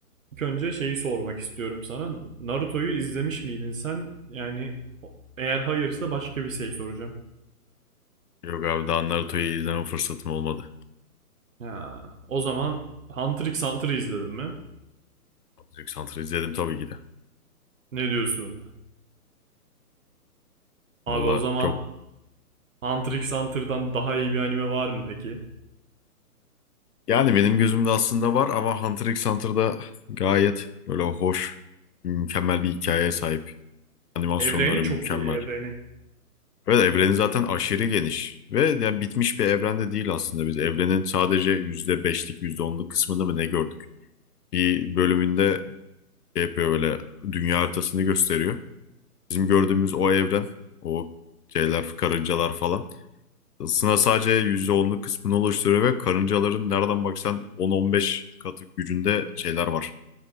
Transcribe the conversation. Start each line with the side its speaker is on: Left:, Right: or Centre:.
Right: ilk önce şeyi sormak istiyorum sana. Naruto'yu izlemiş miydin sen? Yani o- eğer hayırsa başka bir şey soracağım.
Left: Yok abi daha Naruto'yu izleme fırsatım olmadı.
Right: Ha, o zaman Hunter x Hunter'ı izledin mi?
Left: Hunter x Hunter'ı izledim tabii ki de.
Right: Ne diyorsun? Abi
Left: Valla
Right: o zaman
Left: çok
Right: Hunter x Hunter'dan daha iyi bir anime var mı peki?
Left: yani benim gözümde aslında var ama Hunter x Hunter'da gayet böyle hoş, mükemmel bir hikayeye sahip. Animasyonları
Right: Evreni çok
Left: mükemmel.
Right: iyi evreni.
Left: Evet evreni zaten aşırı geniş ve yani bitmiş bir evrende değil aslında biz. Evrenin sadece yüzde beşlik yüzde onluk kısmını mı ne gördük? Bir bölümünde şey yapıyor böyle dünya haritasını gösteriyor. Bizim gördüğümüz o evren, o şeyler, karıncalar falan. Isına sadece %10'luk kısmını oluşturuyor ve karıncaların nereden baksan 10-15 katı gücünde şeyler var.